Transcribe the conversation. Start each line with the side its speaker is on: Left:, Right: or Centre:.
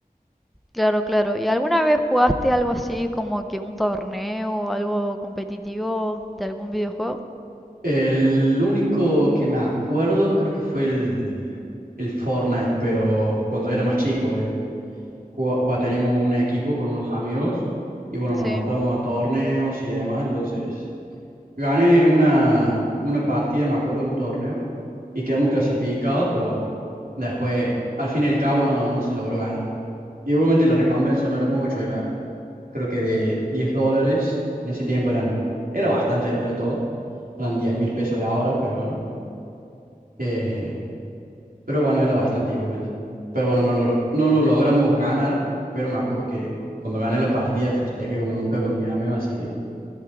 Centre: Claro, claro. ¿Y alguna vez jugaste algo así como que un torneo o algo competitivo de algún videojuego?
Right: El único que me acuerdo creo que fue el, el Fortnite, pero cuando era más chico, obvio. Jugá- va, teníamos un equipo con unos amigos y bueno,
Centre: Sí.
Right: nos estábamos a torneos y demás, entonces gané una, una partida, me acuerdo, de un torneo y quedamos clasificados, pero bueno, después, al fin y al cabo, no, no se logró ganar. Y obviamente la recompensa no era mucho, era creo que de 10 dólares, en ese tiempo eran, era bastante dentro de todo eran diez mil pesos de ahora, pero bueno, eh, pero bueno, era bastante igualmente. Pero bueno, no lo, no lo logramos ganar, pero me acuerdo que cuando gané la partida festejé como nunca con mis amigos así que